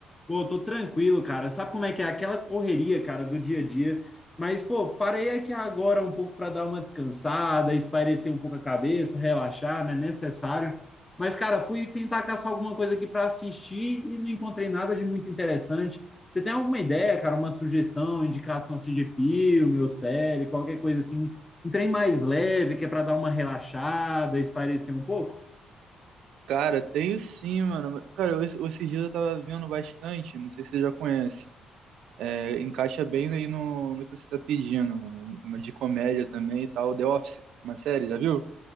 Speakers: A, on the left; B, on the right.
A: Pô, tô tranquilo, cara. Sabe como é que é aquela correria, cara, do dia a dia? Mas, pô, parei aqui agora um pouco para dar uma descansada, espairecer um pouco a cabeça, relaxar, né? Necessário. Mas, cara, fui tentar caçar alguma coisa aqui para assistir e não encontrei nada de muito interessante. Você tem alguma ideia, cara, uma sugestão, indicação assim de filme ou série, qualquer coisa assim, um trem mais leve que é para dar uma relaxada, espairecer um pouco?
B: Cara, tenho sim, mano. Cara, eu, esses dias eu tava vendo bastante, não sei se você já conhece. É, encaixa bem aí no, no que você tá pedindo, mano. Uma de comédia também e tal. The Office, uma série, já viu?